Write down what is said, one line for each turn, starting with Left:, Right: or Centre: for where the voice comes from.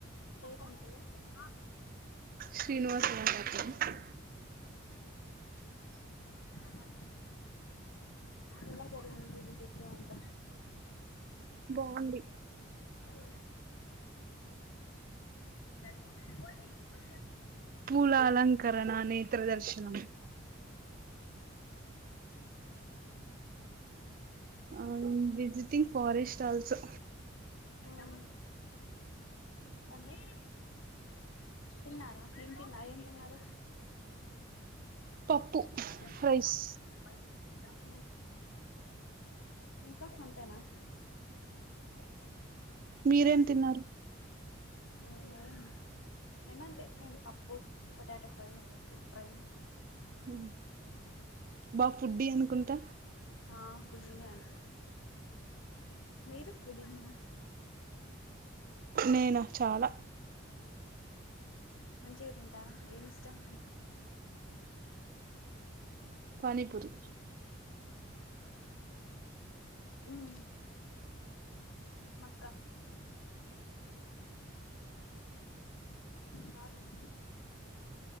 Left: ఏ టెంపుల్ ఆ
Right: శ్రీనివాస టెంపుల్
Left: క ఎలా జరిగింది విసిట్ అంత
Right: బాగుంది
Left: ఉమ్ బ త
Right: పూల అలంకరణ నేత్రదర్శనం అవును విజిటింగ్ ఫారెస్ట్ ఆల్సో
Left: ఉమ్ అంటే తిన్నారా ఎం తిన్నా ఏం తిన్నారు
Right: పప్పు
Left: గర్మా
Right: రైస్
Left: ఆ ఇంకా అంతేనా హ స మా
Right: మీరేం తిన్నారు
Left: మేము మేమంతే మేం పప్పు potato fry egg fry
Right: ఉమ్ బాగా ఫుడ్డీ అనుకుంటా
Left: ఆ పుదీనా అండి మీరు ఫుడ్డీ నేనా
Right: నేను చాలా
Left: మంచిగ తింటారా ఏమి ఇష్టం
Right: పాని పూరి
Left: ఉమ్ మక్క కార్లో